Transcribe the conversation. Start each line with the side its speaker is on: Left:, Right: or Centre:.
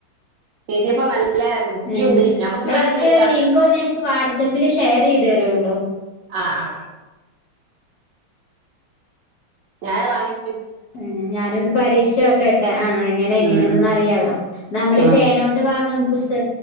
Right: എഴുതിയപ്പം നല്ല വൃത്തിയുണ്ട്
Left: ആ നിങ്ങളതിന്റെ
Right: നമുക്ക് വേണമെങ്കിൽ എഴുതാം
Left: ലിങ്കു ഒന്ന് എനിക്ക് വാട്സആപ്പിലെ ഷേർ ഷെയറ് ചെയ്ത് തരുണ്ടോ
Right: ആആ ചായ വാങ്ങി
Left: ഉ ഞാനൊന്ന് പരീക്ഷിച്ചു നോക്കട്ടെ പ ആ <unintelligible> ആ എങ്ങനെ എങ്ങനന്നൊന്ന
Right: ഉം ഉം
Left: റിയാലോ നമ്മളീഈ
Right: ഉം
Left: പേന കൊണ്ട് വാങ്ങു പുസ്